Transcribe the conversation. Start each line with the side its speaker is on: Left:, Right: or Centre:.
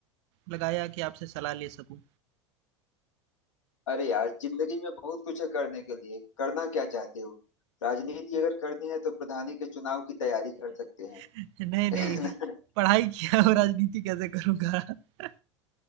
Right: लगाया कि आपसे सलाह ले सकूं।
Left: अरे यार जिंदगी में बहुत कुछ है करने के लिए करना क्या चाहते हो राजनीति अगर करनी है तो प्रधानी के चुनाव की तैयारी कर सकते
Right: <laughs> नहीं
Left: हैं
Right: नहीं
Left: <laughs>
Right: पढ़ाई किया और राजनीति कैसे करूंगा। <laughs>